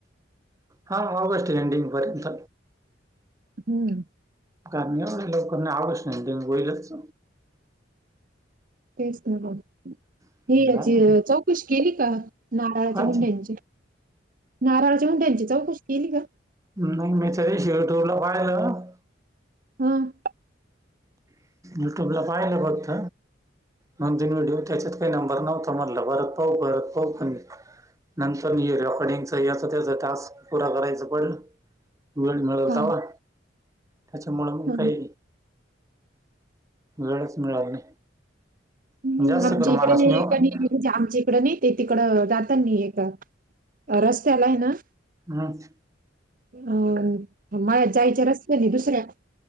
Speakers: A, on the right (about 15°); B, on the right (about 45°).
A: हा मग ऑगस्ट एंडिंगपर्यंत
B: हम्म.
A: कारण एवढं लवकर नाही ऑगस्ट <unintelligible> होईलच
B: तेच <unintelligible>
A: झालं.
B: हे याची चौकशी केली का, नारळाच्या
A: काय
B: मुंड्यांची?
A: ते?
B: नाराळाची मुंड्यांची त्यांची चौकशी केली का?
A: नाही, मी तरी शिवटला पाहिलं
B: हम्म.
A: यूट्यूबला पाहिलं फक्त. दोन-तीन व्हिडिओ त्याच्यात काही नंबर नव्हता, म्हणला परत पाहु <unintelligible> नंतर रेकॉर्डिंगचा याच त्याचा टास्क पुरा करायचं पण वेळ मिळल
B: हा
A: तहा, त्याच्यामुळं मग
B: हा
A: काही वेळच मिळाल नाही.
B: नाही,
A: जास्त
B: आमच्या
A: कर
B: इकडे,
A: माणूस नेऊ हम्म,
B: आमच्या इकडं नाही, ते तिकडं जातात नाही एक रस्त्याला आहे ना?
A: <unintelligible>
B: अं, मळ्यात जायच्या रस्त्याने दुसऱ्या